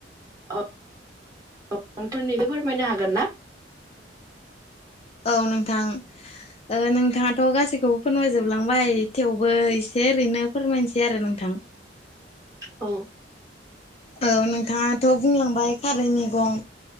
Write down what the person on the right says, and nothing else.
<unintelligible> फोरमायनो हागोन ना
औ